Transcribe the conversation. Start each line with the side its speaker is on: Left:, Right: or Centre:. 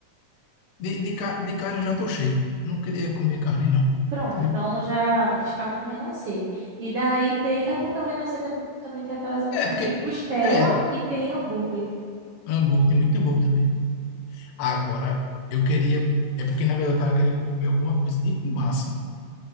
Left: De, de, ca- de carne eu já tô cheio. Não queria comer carne, não.
Right: Pronto,
Left: Entendeu?
Right: então já descarta o Renascer. E daí tem, é porque o Renascer tam- também tem aquelas opções
Left: É, porque
Right: de costela
Left: é
Right: e tem hambúrguer.
Left: hambúrguer, tem muito hambúrguer também. Agora, eu queria. É porque, na verdade, eu tava querendo comer alguma coisa de massa.